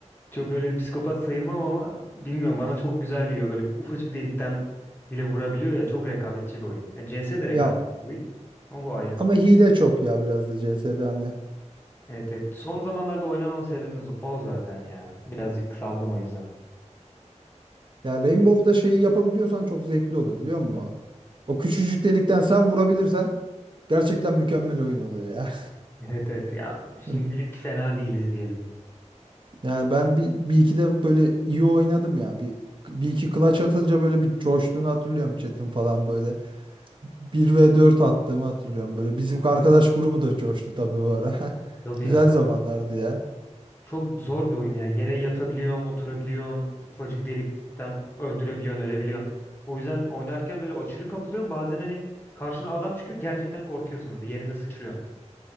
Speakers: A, on the left; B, on the right.
A: Çok öyle bir psikopat sayılmam ama bilmiyorum bana çok güzel geliyor böyle ufacık delikten bile vurabiliyor ya çok rekabetçi bir oyun. Yani CS de rekabetçi
B: Ya
A: bir oyun ama bu ayrı.
B: ama hile çok ya biraz da CS'de hani.
A: Evet, evet. Son zamanlarda oynamama sebebimiz o zaten ya. Birazcık saldım o yüzden.
B: Ya Rainbow'da şeyi yapabiliyorsan çok zevkli oluyor biliyor musun? O küçücük delikten sen vurabilirsen gerçekten mükemmel oyun oluyor ya.
A: Evet evet ya şimdilik
B: <laughs>
A: fena değiliz diyelim.
B: Yani ben bir, bir iki de böyle iyi oynadım ya. Bir, bir iki clutch atınca böyle bir coştuğunu hatırlıyorum chat'in falan böyle. Bir ve 4 attığımı hatırlıyorum böyle. Bizim arkadaş grubu da coştu tabii o ara. <laughs>
A: Tabii
B: Güzel
A: ya.
B: zamanlardı ya.
A: Çok zor bir oyun ya. Yere yatabiliyorsun, oturabiliyorsun, ufacık delikten öldürebiliyorsun, ölebiliyorsun. O yüzden oynarken böyle aşırı kapılıyorsun. Bazen hani karşına adam çıkıyor gerçekten korkuyorsun burada. Yerinde sıçrıyorsun.